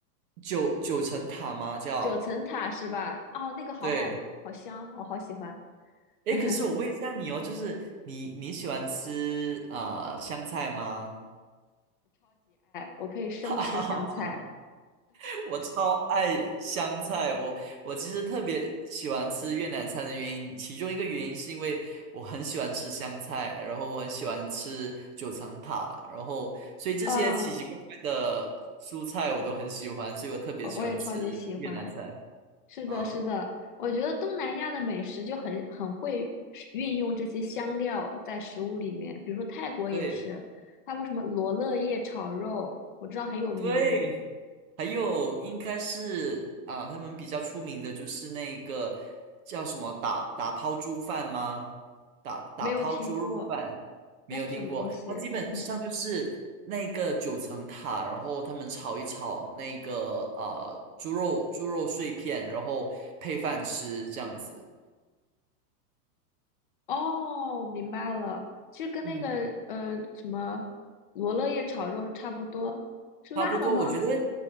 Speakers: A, on the right; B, on the left.
A: 九九层塔吗？叫
B: 九层塔是吧？哦，那个好好好香，
A: 对。
B: 我好喜欢，
A: 诶，
B: <laughs>
A: 可是我问一下你哦，就是你你喜欢吃啊、呃香菜吗？
B: 我可以生吃香菜
A: <laughs> 哈哈哈哈，<laughs> 我超爱香菜，我我其实特别喜欢吃越南菜的原因，其中一个原因是因为我很喜欢吃香菜，然后我很喜欢吃九层塔，然后所以这些奇奇怪怪的蔬菜我都很喜欢，
B: 啊，
A: 所以我特别喜欢吃越南菜。
B: 我我也超级喜欢。是的，
A: 嗯，
B: 是的，我觉得东南亚的美食就很很会使运用这些香料在食物里面，比如说泰国也是，
A: 对
B: 他们什么罗勒叶炒肉，我知道很有名，
A: 对。还有应该是啊，他们比较出名的就是那个叫什么打打抛猪饭吗？打打抛猪肉饭没有听过，
B: 没有听过，那是什么东西？
A: 它基本上就是那个九层塔，
B: 没，
A: 然后他们炒一炒那个呃猪肉猪肉碎片，然后配饭吃这样子。
B: 哦，我明白了，其实跟那个嗯、
A: 嗯。
B: 呃什么罗勒叶炒肉差不多，是辣的吗？
A: 差不多，我觉得